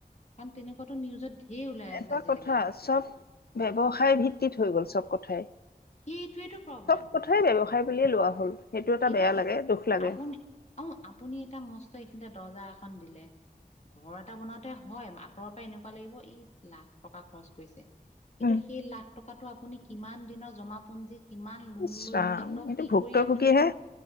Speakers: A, on the left (about 45°); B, on the left (about 80°).
A: কাৰণ তেনেকুৱাতো নিউজত ঢেৰ ওলাই
B: এটা
A: আছে আজিকালি
B: কথা চব ব্যৱসায় ভিত্তিত হৈ গ'ল চব কথাই।
A: সেইটোৱেটো প্ৰব্লেম
B: চব কথাই
A: হ'ল আজিকালি
B: ব্যৱসায় বুলিয়েই লোৱা হ'ল। সেইটো এটা
A: এতিয়া
B: বেয়া লাগে দুখ লাগে।
A: আপুনি আহ! আপুনি এটা মস্ত এইখিনিতে দৰ্জা এখন দিলে। ঘৰ এটা বনাওতে হয় আঁতৰৰ পৰা এনেকুৱা লাগিব ইচ লাখ টকা খৰচ কৰিছে। কিন্তু
B: উম।
A: সেই লাখ টকাটো আপুনি কিমান দিনৰ জমাপুঞ্জী কিমান লোন
B: ইচ
A: লৈ,
B: ৰাম
A: কত
B: এইটো
A: কি
B: ভুক্তভোগীহে
A: কৰি আপুনি